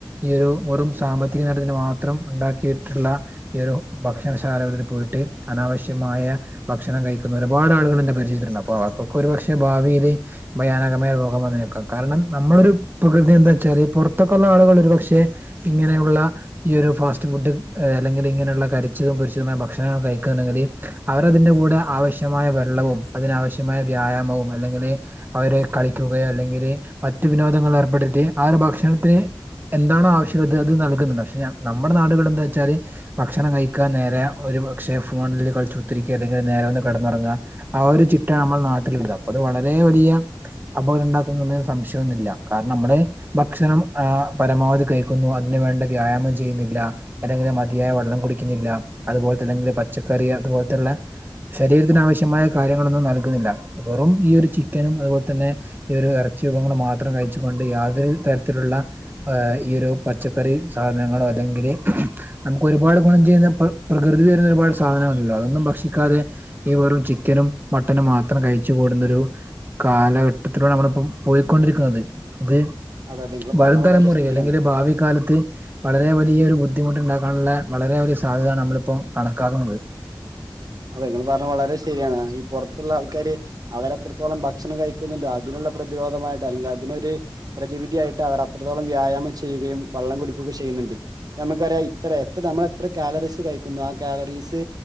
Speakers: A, on the right; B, on the right.
A: ഈ ഒരു വെറും സാമ്പത്തിക നേട്ടത്തിന് മാത്രം ഉണ്ടാക്കിയിട്ട്ള്ള ഈ ഒരു ഭക്ഷണശാലകളിൽ പോയിട്ട്, അനാവശ്യമായ ഭക്ഷണം കഴിക്കുന്ന ഒരുപാടാളുകൾ എന്റെ പരിചയത്തില്ണ്ട്. അപ്പൊ അവർക്കൊക്കെ ഒരുപക്ഷെ ഭാവിയില് ഭയാനക മായ രോഗം വന്നേക്കാം. കാരണം, നമ്മളൊരു പ്രകൃതി എന്താച്ചാല് പൊർത്തൊക്കെള്ള ആളുകൾ ഒരു പക്ഷെ ഇങ്ങനെയുള്ള ഈ ഒരു ഫാസ്റ്റ് ഫുഡ്, ഏ അല്ലെങ്കില് ഇങ്ങനെയുള്ള കരിച്ചതും, പൊരിച്ചതുമായ ഭക്ഷണങ്ങൾ കഴിക്കാണെങ്കില് അവരതിന്റെകൂടെ ആവശ്യമായ വെള്ളവും, അതിനാവശ്യമായ വ്യായാമവും അല്ലെങ്കില് അവരെ കളിക്കുകയോ അല്ലെങ്കില്, മറ്റു വിനോദങ്ങൾ ഏർപ്പെടുത്തി ആ ഒരു ഭക്ഷണത്തിന് എന്താണാവശ്യകത് അത് നൽകുന്നുണ്ട്, പക്ഷെ നമ്മുടെ നാടുകൾ എന്താച്ചാല് ഭക്ഷണം കഴിക്കാൻ നേരേ ഒരു പക്ഷെ ഫോൺള് കൾച്ച് കുത്തിഇരിക്കാ അല്ലെങ്കി നേരേ വന്ന് കേടന്നൊറങ്ങാ ആ ഒരു ചിട്ട ഞമ്മളെ നാട്ടിലുല്ലാ അപ്പൊ അത് വളരെ വലിയാ അപകടം ണ്ടാക്കുമെന്ന് സംശയൊന്നുല്ലാ കാര്ണം നമ്മള് ഭക്ഷണം ആ പരമാവധി കഴിക്കുന്നു അതിന് വേണ്ട വ്യായാമം ചെയ്യുന്നില്ലാ. <unintelligible> മതിയായ വെള്ളം കുടിക്കുന്നില്ല അതുപോൽത്തേ അല്ലെങ്കില് പച്ചക്കറി അതുപോൽത്തള്ള ശരീരത്തിന് ആവശ്യമായ കാര്യങ്ങളൊന്നും നൽകുന്നില്ല വെറും ഈ ഒരു ചിക്കനും അതുപോൽ തന്നെ ഈ ഒരു എറച്ചി വിഭവങ്ങള് മാത്രം കഴിച്ചുകൊണ്ട് യാതൊരു തര്ത്തിലുള്ള ഈ ഒരു പച്ചക്കറി സാധനങ്ങളോ അല്ലെങ്കില് നമുക്ക് ഒരുപാട് ഗുണം ചെയ്യുന്ന പ്ര പ്രകൃതി തരുന്ന ഒരുപാട് സാധനങ്ങളല്ലോ അതൊന്നും ഭക്ഷിക്കാതെ ഈ വെറും ചിക്കനും മട്ടനും മാത്രം കഴിച്ചു കൂടുന്ന ഒരു കാലഘ ത്തിലൂടെ നമ്മളിപ്പം പോയിക്കൊണ്ടിരിക്കുന്നത് ത്
B: അതെ നിങ്ങൾ
A: വരും
B: പറഞ്ഞ
A: തലമുറ
B: വളരെ ശരിയാണ്
A: അല്ലെങ്കില് ഭാവി കാലത്ത് വളരെ വലിയ ഒരു ബുദ്ധിമുട്ട് ണ്ടാക്കാന്ള്ള വളരെ വലിയ സാധ്യതാണ് നമ്മള്പ്പൊ കണക്കാക്കുന്നത്.
B: അതെ ങ്ങള് പർഞ്ഞ വളരെ ശേരിയാണ് ഈ പൊറത്ത്ള്ള ആൾക്കാര് അവരത്രത്തോളം ഭക്ഷണം കഴിക്ക്ന്ന്ണ്ട് അതിനുള്ള പ്രതിരോധമായിട്ട് എല്ലാ തിനൊരു പ്രതിവിധിയായിട്ട് അവർ അത്രത്തോളം വ്യായാമം ചെയ്യുകയും വള്ളം കുടിക്കൊക്കേ ചെയ്യുന്ന്ണ്ട്. ഞമ്മക്കറിയാം ഇത്ര എത്ര നമ്മള എത്ര കേലറീസ് കഴിക്കുന്നു ആ കേലറീസ്